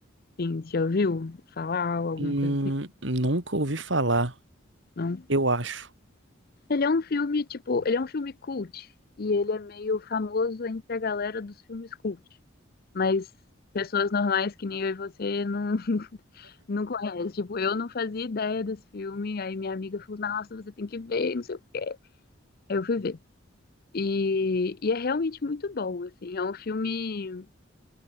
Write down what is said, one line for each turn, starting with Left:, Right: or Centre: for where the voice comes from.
Left: Sim, já ouviu falar ou alguma
Right: Hum,
Left: coisa assim?
Right: nunca ouvi falar,
Left: Não?
Right: eu acho.
Left: Ele é um filme, tipo, ele é um filme cult. E ele é meio famoso entre a galera dos filmes cult. Mas pessoas normais que nem eu e você não, <laughs> não conhece. Tipo, eu não fazia ideia desse filme. Aí minha amiga falou, nossa, você tem que ver, não sei o quê. Aí eu fui ver. E, e é realmente muito bom, assim. É um filme.